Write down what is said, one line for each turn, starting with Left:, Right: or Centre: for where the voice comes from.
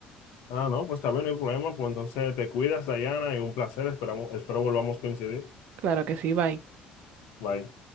Left: Ah, no, pues está bien, no hay problema, pues entonces te cuidas, Dayana, y un placer, esperamos, espero volvamos a coincidir.
Right: Claro que sí, bye.
Left: Bye.